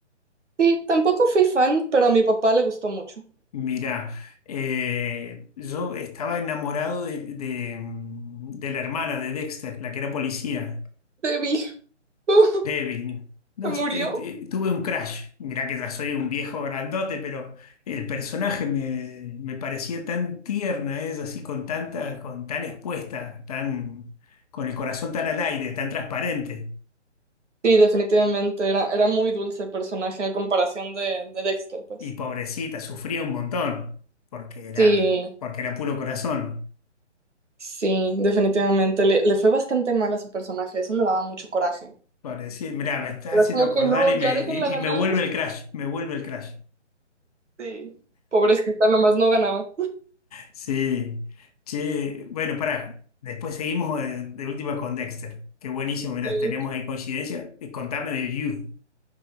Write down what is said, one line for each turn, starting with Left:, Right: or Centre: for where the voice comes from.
Right: Sí, tampoco fui fan, pero a mi papá le gustó mucho.
Left: Mirá, eh, yo estaba enamorado de, de, mm, de la hermana de Dexter, la que era policía,
Right: Debbie, <laughs>
Left: Devin. No,
Right: se murió.
Left: este, te- tuve un crush. Mirá que ya soy un viejo grandote, pero el personaje me, me parecía tan tierna, es así con tanta, con tan expuesta, tan, con el corazón tan al aire, tan transparente.
Right: Sí, definitivamente era, era muy dulce el personaje a comparación de, de Dexter, pues.
Left: Y pobrecita, sufría un montón, porque era,
Right: Sí,
Left: porque era puro corazón.
Right: sí, definitivamente. Le, le fue bastante mal a su personaje, eso me daba mucho coraje.
Left: Parecido, mirá, me está
Right: Era
Left: haciendo
Right: como
Left: acordar
Right: que no,
Left: y me,
Right: ya déjenla
Left: y,
Right: ganar.
Left: y me vuelve el crash, me vuelve el crash.
Right: Sí, pobrecita, nomás no ganaba.
Left: Sí, che, bueno, pará, después seguimos eh, de, última con Dexter. Qué buenísimo, mirá,
Right: Sí.
Left: tenemos ahí coincidencia. Eh, contame de You.